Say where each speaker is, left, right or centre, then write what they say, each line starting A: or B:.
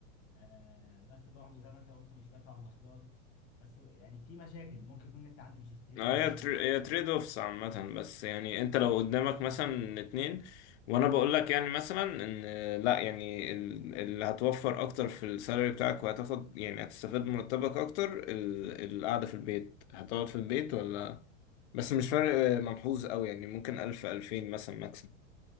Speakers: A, on the left (about 35°); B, on the left (about 55°).
A: آه، بس برضه زي ما انت قلت مش بدفع مواصلات بس يعني في مشاكل ممكن يكون النت عندي مش ستيبل
B: اه
A: ممكن
B: هي تر- هي تريد اوفس عامة بس يعني انت لو قدامك مثلا اتنين وانا بقول لك يعني مثلا ان لا يعني ال- اللي هتوفر اكتر في السالري بتاعك وهتاخد يعني هتستفاد من مرتبك اكتر ال- القعدة في البيت هتقعد في البيت ولا بس مش فرق ملحوظ قوي يعني ممكن الف الفين مثلا ماكسيمم